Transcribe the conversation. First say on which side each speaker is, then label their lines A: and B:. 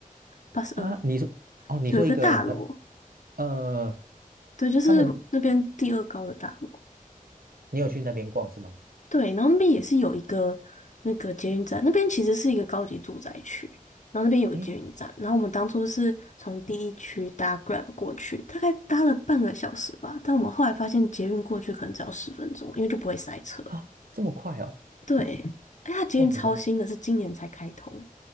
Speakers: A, on the left; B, on the right.
A: 八十二
B: 啊？你说，哦，你说一个很，
A: 有一个大楼，
B: 呃，
A: 对，就是那边第二高的大楼，
B: 他们，你有去那边逛是吗？
A: 对，然后那边也是有一个那个捷运站，那边其实是一个高级住宅区，然后那边有个捷运站，
B: 哎，
A: 然后我们当初是从第一区搭 Grab 过去，大概搭了半个小时吧，但我们后来发现捷运过去可能只要十分钟，因为就不会塞车，
B: 啊，这么快哦？
A: 对，哎，它捷运超新的，
B: 哦，我，
A: 是今年才开通，